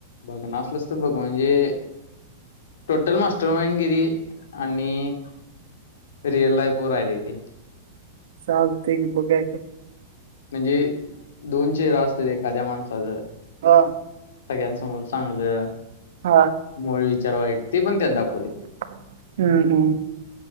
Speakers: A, on the left; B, on the right.
A: बघ ना असलस तर बघ म्हणजे टोटल मास्टर मनगिरी आणि रिअल लाईफ व राहिथे
B: चालतंय की बगूया की
A: म्हणजे दोन चेहरा असत एखाद्या माणसाच
B: हा
A: सगळ्यांसमोर चांगलं,
B: हा
A: मुळ विचार, वाईट ते पण त्यात दाखवलंय.
B: हम्म-हम्म